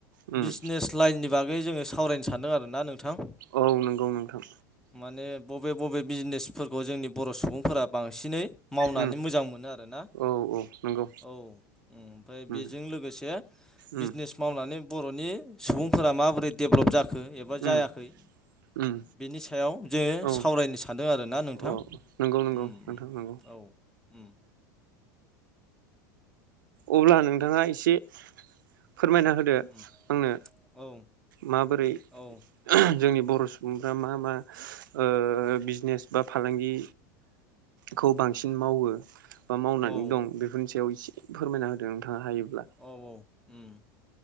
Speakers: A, on the right; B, in the centre.
A: उम
B: बिजनेस लाइननि बा गै जोङो सावरायनो सानदों आरोना नोंथां।
A: औ नंगौ नोंथां।
B: माने बबे बबे बिजनेसफोरखौ जोंनि बर' सुबुंफोरा बांसिनै मावनानै
A: उम
B: मोजां मोनो आरोना
A: औ औ नंगौ
B: औ उम ओमफाय बेजों
A: उम
B: लोगोसे बिजनेस
A: उम
B: मावनानै बर'नि सुबुंफोरा माबोरै डेभ्लप जाखो एबा
A: उम
B: जायाखै
A: उम
B: बिनि सायाव जोङो
A: औ
B: सावरायनो सानदों आरोना नोंथां।
A: औ नंगौ नंगौ
B: उम
A: नोंथां नंगौ।
B: औ उम।
A: अब्ला नोंथाङा एसे फोरमायना होदो
B: उम
A: आंनो
B: औ
A: माबोरै
B: औ
A: ओ जोंनि बर' सुबुंफ्रा मा मा ओ बिजनेस बा फालांगि खौ बांसिन मावो बा मावनानै
B: औ
A: दं बेफोरनि सायाव एसे फोरमायना होदों नोंथाङा हायोब्ला?
B: औ औ उम